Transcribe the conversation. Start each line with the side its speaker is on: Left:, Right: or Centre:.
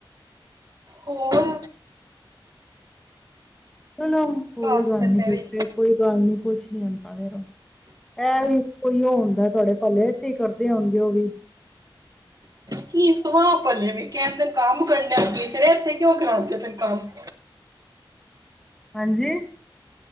Right: ਹੋਰ।
Centre: ਚਲੋ ਕੋਈ
Right: ਬਸ
Centre: ਗੱਲ
Right: ਫਿਰ
Centre: ਨੀ
Right: ਮੈਂ
Centre: ਬੇਟੇ
Right: ਵੀ
Centre: ਕੋਈ ਗੱਲ ਨੀ ਕੁੱਛ ਨੀ ਹੁੰਦਾ ਫੇਰ ਇਹ ਵੀ ਕੋਈ ਓ ਹੁੰਦਾ ਤੁਹਾਡੇ ਭਲੇ ਵਸਤੇ ਹੀ ਕਰਦੇ ਹੋਣਗੇ ਓ ਵੀ
Right: ਕੀ ਸਵਾਹ ਭਲੇ ਨੇ <unintelligible> ਕਹਿਣ <unintelligible> ਕੰਮ ਕਰਨਾ ਅੱਗੇ ਫੇਰ ਇੱਥੇ ਕਿਉਂ ਕਰਾਂਦੇ ਫੇਰ ਕੰਮ
Centre: ਹਾਂਜੀ